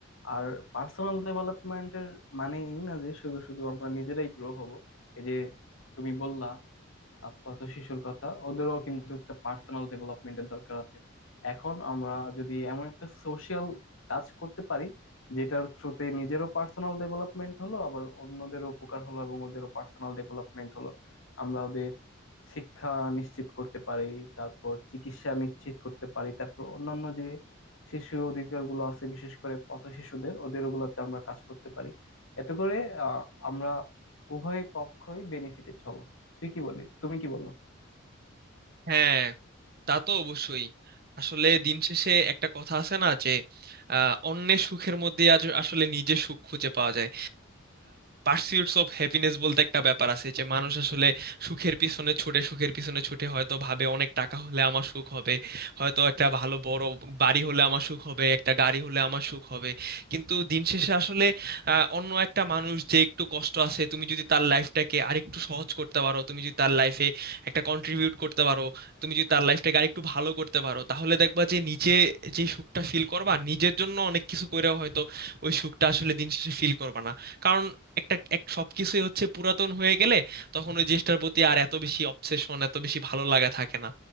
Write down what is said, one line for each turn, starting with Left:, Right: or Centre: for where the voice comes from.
Left: আর পার্সোনাল ডেভেলপমেন্টের মানে এই না যে শুধু শুধু আমরা নিজেরাই গ্রো হব এই যে তুমি বললা আপাতত শিশুর কথা ওদেরও কিন্তু একটা পার্সোনাল ডেভেলপমেন্টের দরকার আছে এখন আমরা যদি এমন একটা সোশ্যাল কাজ করতে পারি যেটার থ্রুতে নিজেরও পার্সোনাল ডেভেলপমেন্ট হলো আবার অন্যদের উপকার হলো এবং ওদেরও পার্সোনাল ডেভেলপমেন্ট হলো আমরা ওদের শিক্ষা নিশ্চিত করতে পারি তারপর চিকিৎসা নিশ্চিত করতে পারি তারপর অন্যান্য যে শিশু অধিকারগুলো আছে বিশেষ করে পথ শিশুদের ওদের ওগুলোতে আমরা কাজ করতে পারি এতে করে আহ, আমরা উভয় পক্ষই বেনিফিটেড হব তুই কি বলি তুমি কি বলো
Right: হ্যাঁ তা তো অবশ্যই আসলে দিন শেষে একটা কথা আছে না যে আহ, অন্যের সুখের মধ্যে আজ আসলে নিজের সুখ খুঁজে পাওয়া যায় পার্সিউটস অফ হ্যাপিনেস বলতে একটা ব্যাপার আছে যে মানুষ আসলে সুখের পিছনে ছুটে সুখের পিছনে ছুটে হয়তো ভাবে অনেক টাকা হলে আমার সুখ হবে হয়তো একটা ভালো বড় বাড়ি হলে আমার সুখ হবে একটা গাড়ি হলে আমার সুখ হবে কিন্তু দিন শেষে আসলে আহ, অন্য একটা মানুষ যে একটু কষ্ট আছে তুমি যদি তার লাইফটাকে আরেকটু সহজ করতে পারো তুমি যদি তার লাইফে একটা কন্ট্রিবিউট করতে পারো তুমি যদি তার লাইফটাকে আরেকটু ভালো করতে পারো তাহলে দেখবা যে নিজে যে সুখটা ফিল করবা নিজের জন্য অনেক কিছু করেও হয়তো ওই সুখটা আসলে দিন শেষে ফিল করবা না কারণ একটা এক সবকিছুই হচ্ছে পুরাতন হয়ে গেলে তখন ওই জিনিসটার প্রতি আর এত বেশি অবসেশন এত বেশি ভালো লাগা থাকে না